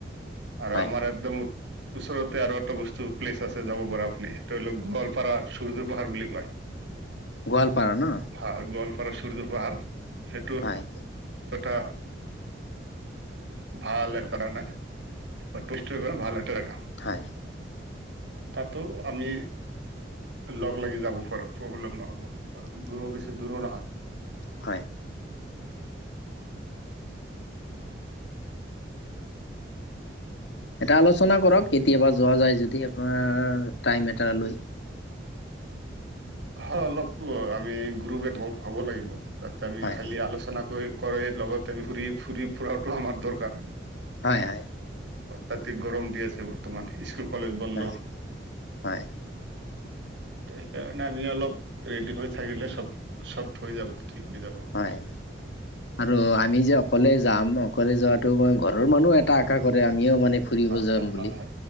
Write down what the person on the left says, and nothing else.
হয়
গোৱালপাৰা ন?
হয়।
হয়।
হয়।
এটা আলোচনা কৰক কেতিয়াবা যোৱা যায় যদি আপোনাৰ টাইম এটা লৈ।
হয়
হয় হয়।
হয় হয় হয়।
হয়, আৰু আমি যে অকলে যাম অকলে যোৱাটো মই ঘৰৰ মানুহ এটা আশা কৰে আমিও মানে ফুৰিব
যাম
বুলি।